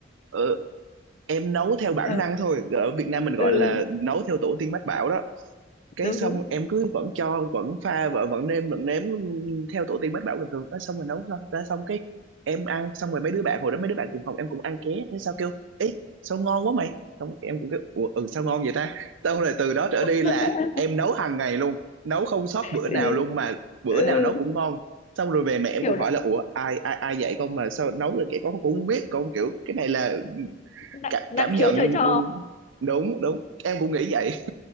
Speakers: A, on the right; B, on the left.
A: ừ, em nấu theo bản
B: ờ,
A: năng thôi ở Việt Nam mình gọi
B: ừ ừ,
A: là nấu theo tổ tiên mách bảo đó cái
B: đúng
A: xong
B: đúng
A: em cứ vẫn cho vẫn pha vợ vẫn nêm vẫn nếm theo tổ tiên mách bảo bình thường Nói xong rồi nấu ra, ra xong cái em ăn xong rồi mấy đứa bạn hồi đó mấy đứa bạn cùng phòng em cũng ăn ké nó sao kêu ê sao ngon quá mày xong em cũng kêu Ủa, ừ sao ngon vậy ta xong rồi từ đó trở đi là
B: <laughs>
A: em nấu hàng ngày luôn nấu không sót bữa
B: ừ,
A: nào luôn mà bữa
B: ừ
A: nào nấu cũng ngon xong rồi về mẹ em
B: kiểu
A: cũng hỏi là ủa ai ai ai dạy con mà sao nấu được vậy con cũng không biết con kiểu cái này là
B: năng,
A: cả,
B: năng
A: cảm nhận
B: khiếu trời cho
A: ừ, đúng đúng em cũng nghĩ vậy